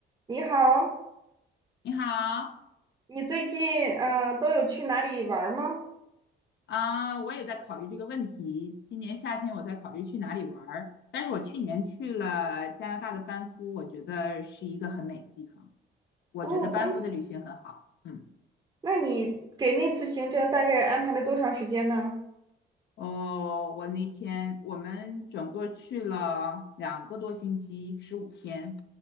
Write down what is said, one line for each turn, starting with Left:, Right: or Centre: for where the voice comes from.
Right: 你好，
Left: 你好
Right: 你最近呃都有去哪里玩儿吗？
Left: 啊，我也在考虑这个问题。今年夏天我在考虑去哪里玩儿，但是我去年去了加拿大的班夫，我觉得是一个很美的地方。我觉得班夫的旅行很好。
Right: 哦，班夫
Left: 嗯。
Right: 那你给那次行程大概安排了多长时间呢？
Left: 哦，我那天我们整个去了两个多星期，十五天。